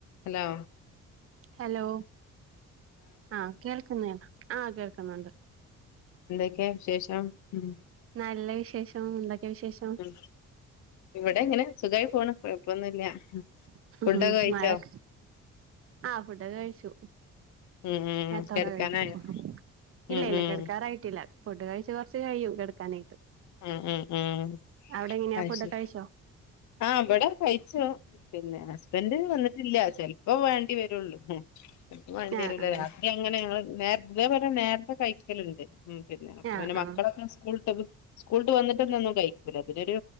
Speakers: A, on the left; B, on the right.
A: Hello
B: hello ആഹ് കേൾക്കുന്ന ആഹ് കേൾക്കുന്നുണ്ട്
A: എന്തൊക്കെയ വിശേഷം ഉം
B: നല്ല വിശേഷം എന്തൊക്കെയാ വിശേഷം
A: ഉം ഇവിടെ ഇങ്ങനെ സുഖായി പോണ് കുഴപ്പൊന്നുല്ല
B: ആഹ്
A: ഫുഡൊക്കെ കഴിച്ചോ
B: മഴക്ക് ആഹ് ഫുഡൊക്കെ കഴിച്ചു
A: ഉം ഉം
B: നേരത്തോടെ
A: കെടക്കാനായോ
B: കഴിക്കും ഇല്ല
A: ഉം
B: ഇല്ല
A: ഉം
B: കെടക്കാറായിട്ടില്ല ഫുഡ് കഴിച്ച് കുറച്ച് കഴിയും കെടുക്കാനായിട്ട്
A: ഉം ഉം ഉം
B: അവിടെ എങ്ങനെയാ
A: അയ്ശരി
B: ഫുഡൊക്കെ കഴിച്ചോ
A: ആഹ് ഇവടെ കഴിച്ചു പിന്നെ ഹസ്ബൻഡ് വന്നിട്ടില്ല ചെലപ്പോ വേണ്ടി വരുള്ളൂ വേണ്ടി വരൂല്ല
B: ആഹ് ആഹ്
A: രാത്രി അങ്ങനെ ഞങ്ങള് നേ ഇതേപോലെ നേരത്തെ കഴിക്കലുണ്ട് ഉം പിന്നെ അപ്പൊ
B: ആഹ്
A: പിന്നെ മക്കളൊക്കെ
B: ആഹ്
A: സ്കൂള സ്കൂളിട്ട് വന്നിട്ടൊന്ന ഒന്നും കഴിക്കൂല പിന്നൊരു